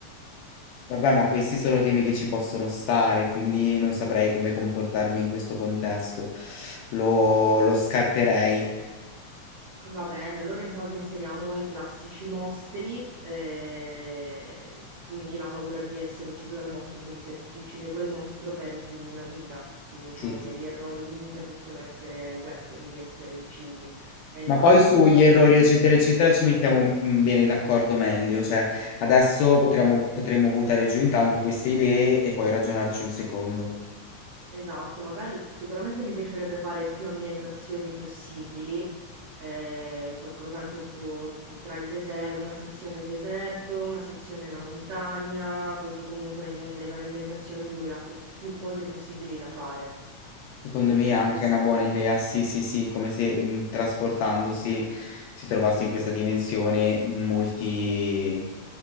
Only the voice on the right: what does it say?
Va bene, allora in caso inseriamo i classici mostri, eh, quindi la paura di essere ucciso dal mostro, quindi se ti uccide quel mostro perdi una vita, quindi diciamo
che gli errori di vita possono essere questi, quindi essere uccisi e
non
problemi.
Esatto, magari sicuramente mi piacerebbe fare più ambientazioni possibili, eh, qualcosa anche tipo t- tra il deserto, una sezione deserto, una sezione la montagna, così comunque nelle varie ambientazioni lui ha co- più cose possibili da fare.
Che
dici?